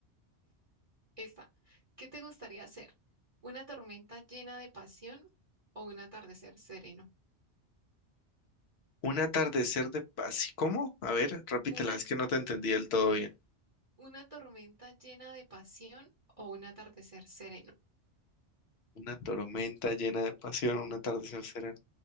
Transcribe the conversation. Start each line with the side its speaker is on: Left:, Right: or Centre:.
Right: Esta, ¿qué te gustaría hacer? ¿Una tormenta llena de pasión o un atardecer sereno?
Left: Un atardecer de paz. ¿Cómo? A ver, repítela,
Right: Una,
Left: es que no te entendí del todo bien.
Right: una tormenta llena de pasión o un atardecer sereno.
Left: Una tormenta llena de pasión, un atardecer sereno.